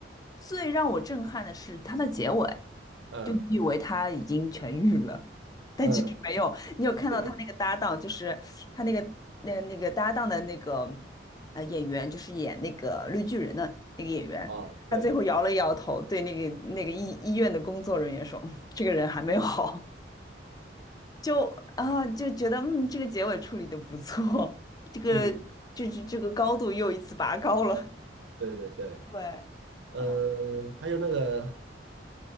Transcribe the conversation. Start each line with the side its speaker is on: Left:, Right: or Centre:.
Left: 最让我震撼的是它的结尾，
Right: 嗯
Left: 就你以为他已经痊愈了，但其实没有。
Right: 嗯，
Left: 你有看到他那个搭档，
Right: 对对，
Left: 就是他那个那那个搭档的那个呃演员，就是演那个绿巨人的那个演员，
Right: 啊对，
Left: 他最后摇了摇头，对那个那个医医院的工作人员说：嗯这个人还没有好。”就啊就觉得嗯，这个结尾处理的不错，这个这这这个高度又一次拔高了。
Right: 嗯对对对，
Left: 对，
Right: 嗯，
Left: 啊，
Right: 还有那个